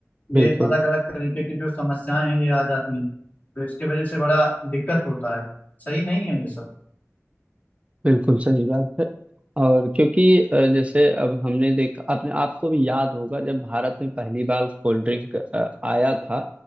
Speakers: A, on the right; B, on the left.
A: बिल्कुल
B: ये अलग अलग तरीके की जो समस्याएं हैं ये आ जाती हैं तो इसकी वजह से बड़ा दिक्कत होता है सही नहीं है ये सब
A: बिल्कुल सही बात है और क्योंकि अ, जैसे अब हमने देखा अपने आपको भी याद होगा जब भारत में पहली बार कोल्ड ड्रिंक अ, आया था